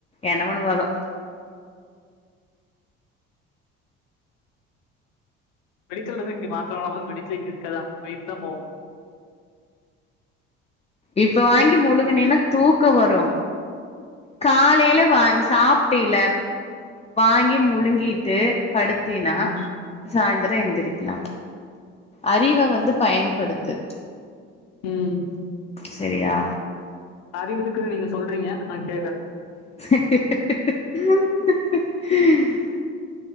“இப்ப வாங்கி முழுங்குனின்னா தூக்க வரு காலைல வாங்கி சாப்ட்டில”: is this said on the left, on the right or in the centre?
Left